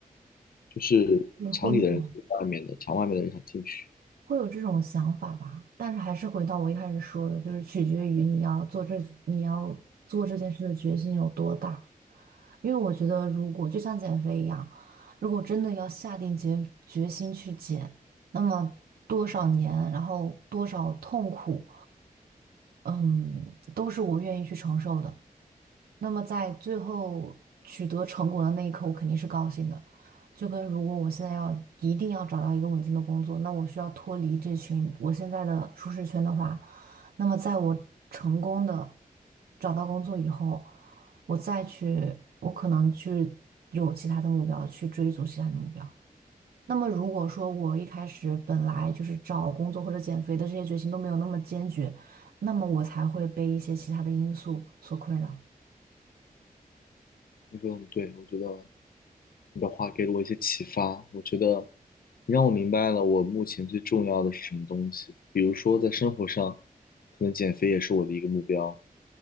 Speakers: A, on the left; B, on the right.
A: 就是墙里的人想外面的，
B: 是会有
A: 墙外面的人想进去。
B: 会有这种想法吧，但是还是回到我一开始说的，就是取决于你要做这你要做这件事的决心有多大。因为我觉得，如果就像减肥一样，如果真的要下定决决心去减，那么多少年，然后多少痛苦，嗯，都是我愿意去承受的。那么在最后取得成果的那一刻，我肯定是高兴的。就跟如果我现在要一定要找到一个稳定的工作，那我需要脱离这群我现在的舒适圈的话，那么在我成功的找到工作以后，我再去，我可能去有其他的目标，去追逐其他的目标。那么如果说我一开始本来就是找工作或者减肥的这些决心都没有那么坚决，那么我才会被一些其他的因素所困扰。
A: 你说的很对，我觉得。你的话给了我一些启发，我觉得你让我明白了我目前最重要的是什么东西。比如说，在生活上，可能减肥也是我的一个目标；